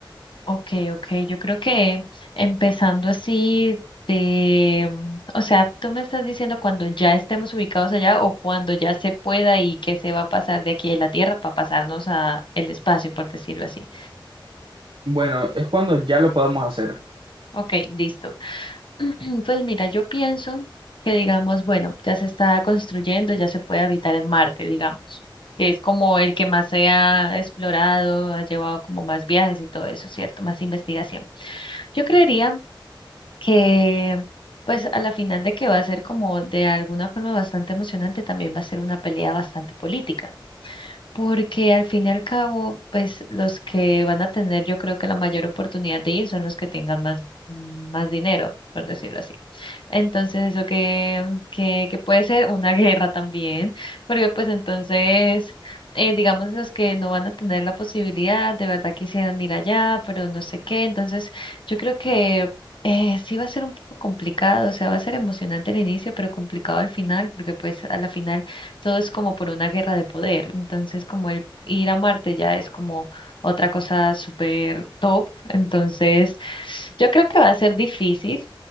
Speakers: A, on the left; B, on the right.
A: Ok, ok, yo creo que empezando así de, mm, o sea, tú me estás diciendo cuando ya estemos ubicados allá o cuando ya se pueda y que se va a pasar de aquí de la Tierra para pasarnos a el espacio, por decirlo así.
B: Bueno, es cuando ya lo podamos hacer.
A: Ok, listo. <clears throat> Pues mira, yo pienso que digamos, bueno, ya se está construyendo, ya se puede habitar en Marte, digamos. Es como el que más se ha explorado, ha llevado como más viajes y todo eso, ¿cierto? Más investigación. Yo creería que, pues a la final de que va a ser como de alguna forma bastante emocionante, también va a ser una pelea bastante política porque al fin y al cabo, pues los que van a tener, yo creo que la mayor oportunidad de ir son los que tengan más, más dinero, por decirlo así. Entonces, eso que, que, que puede ser una <laughs> guerra también, porque pues entonces, eh, digamos, los que no van a tener la posibilidad, de verdad quisieran ir allá, pero no sé qué. Entonces, yo creo que... Eh, sí va a ser un poco complicado, o sea, va a ser emocionante al inicio, pero complicado al final, porque pues a la final todo es como por una guerra de poder. Entonces, como el ir a Marte ya es como otra cosa súper top. Entonces, yo creo que va a ser difícil,